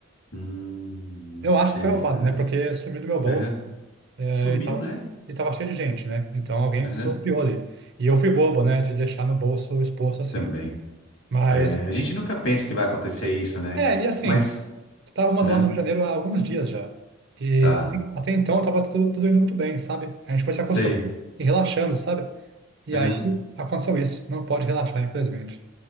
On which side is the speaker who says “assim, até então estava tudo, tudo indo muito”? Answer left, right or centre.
Right